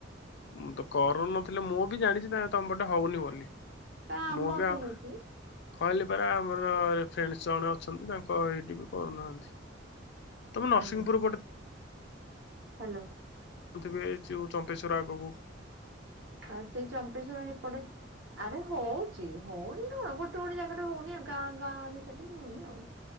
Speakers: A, on the left; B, on the right.
A: ମୁଁ ତ କରୁନଥିଲି ମୁଁ ବି ଜାଣିଛି ତାଲେ ତମ ପଟେ ହଉନି ବୋଲି।
B: ଏ ଆମର
A: ମୁଁ ବି ଆଉ
B: ତ ହଉଛି
A: କହିଲି ପରା ମୋର ଫ୍ରେଣ୍ଡ ଜଣ ଅଛନ୍ତି ତାଙ୍କ ଏଇଠି ବି କରୁନାହାନ୍ତି ତମେ ନରସିଂହପୁର
B: ହୁଁ
A: ପଟେ
B: ହ୍ୟାଲୋ।
A: ଥିବେ ଯୋଉ ଚମ୍ପେଶ୍ୱଵର ଆଗକୁ,
B: ଆଉ ସେଇ ଚମ୍ପେଶ୍ଵର ହେପଟେ ଆରେ ହଉଛି ହଉନି କଣ ଗୋଟେ ଗୋଟେ ଜାଗାରେ ହଉନି ଗାଁ ଗାଁରେ, ସେଠି କି ହଉନି ଆଉ